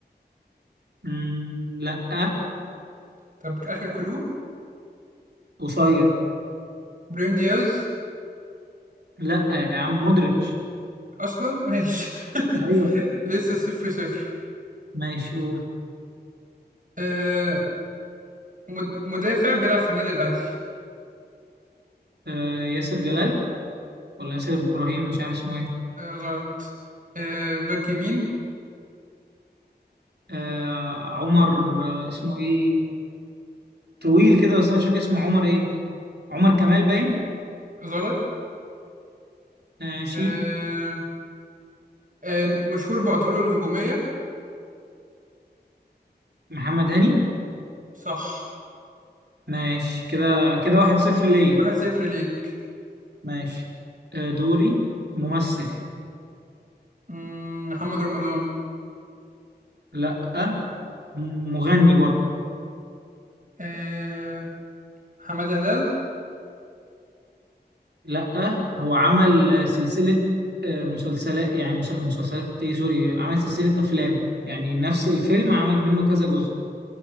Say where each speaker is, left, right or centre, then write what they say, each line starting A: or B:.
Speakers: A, on the right; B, on the right.
A: مم، لا
B: طب آخر كلو
A: قصير
B: بريم دياز
A: لا يا عم مودريتش
B: أصلا ماشي
A: ايوه
B: <laughs> لسه صفر صفر
A: ماشي قول.
B: آه مد- مدافع بيلعب في النادي الأهلي
A: آه، ياسر جلال ولا ياسر ابراهيم مش عارف اسمه ايه
B: آه غلط آه باك يمين
A: آه، عمر آه، اسمه ايه طويل كده بس انا مش فاكر اسمه عمر ايه عمر كمال باين
B: غلط
A: ماشي
B: آه آه مشهور بأطوره الهجومية
A: محمد هاني
B: صح
A: ماشي كده كده واحد صفر ليا
B: واحد صفر ليك
A: ماشي آه، دوري ممثل
B: مم، محمد رمضان
A: لا م- مغني برضه
B: آه حمادة هلال
A: لا هو عمل آه، سلسلة آه، مسلسلات يعني مس- مسلسلات ايه سوري عمل سلسلة افلام يعني نفس الفيلم عمل منه كذا جزء